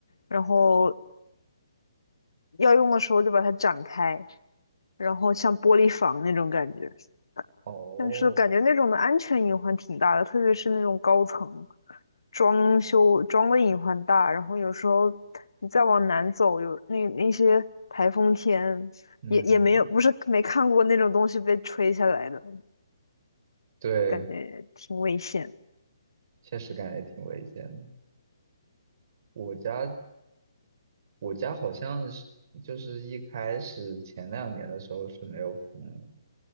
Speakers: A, on the left; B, on the right.
A: 然后要用的时候就把它展开，然后像玻璃房那种感觉。
B: 哦，
A: 但是感觉那种的安全隐患挺大的，特别是那种高层装修装的隐患大，然后有时候你再往南走，有那那些台风天也也没有，
B: 嗯，
A: 不是没看过那种东西被吹下来的，
B: 对，
A: 感觉挺危险。
B: 确实感觉挺危险的。我家我家好像是就是一开始前两年的时候是没有封的